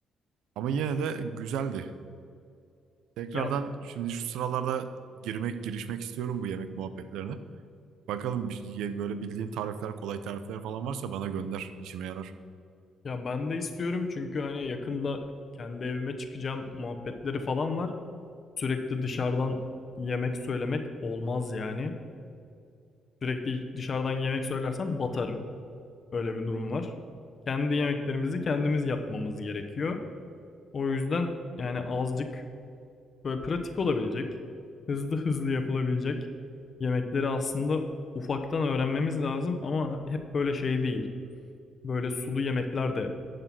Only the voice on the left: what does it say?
Ya
ya ben de istiyorum çünkü hani yakında kendi evime çıkacağım muhabbetleri falan var. Sürekli dışarıdan yemek söylemek olmaz yani. Sürekli dışarıdan yemek söylersem batarım. Öyle bir durum var. Kendi yemeklerimizi kendimiz yapmamız gerekiyor. O yüzden yani azıcık Böyle pratik olabilecek, hızlı hızlı yapılabilecek yemekleri aslında ufaktan öğrenmemiz lazım ama hep böyle şey değil. Böyle sulu yemekler de